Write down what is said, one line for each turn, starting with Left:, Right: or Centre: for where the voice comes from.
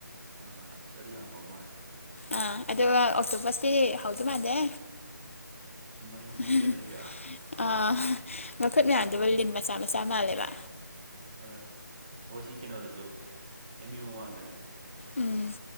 Right: ꯑꯥ ꯑꯗꯨ ꯌꯥꯝ ꯍꯥꯎꯗꯧ ꯃꯥꯜꯂꯦ
Left: ꯑꯥ ꯑꯗꯨꯒ ꯑꯣꯛꯇꯣꯄꯁꯇꯤ ꯍꯥꯎꯗꯧ ꯃꯥꯟꯗꯦ
Right: ꯃꯔꯦꯡ ꯃꯔꯦꯡ
Left: ꯍꯤ
Right: ꯆꯠꯂꯤꯒ
Left: ꯑꯥ ꯍ ꯃꯈꯨꯠ ꯃꯌꯥꯝꯗꯨꯕꯨ
Right: ꯄꯨꯛ
Left: ꯂꯤꯟ ꯃꯆꯥ ꯃꯆꯥ ꯃꯥꯜꯂꯦꯕ
Right: ꯑꯥ ꯑꯩꯈꯣꯏ ꯁꯤ ꯀꯩꯅꯣꯗꯁꯨ ꯑꯦꯝ ꯌꯨ ꯃꯃꯥꯡꯗꯅꯦ
Left: ꯎꯨꯝ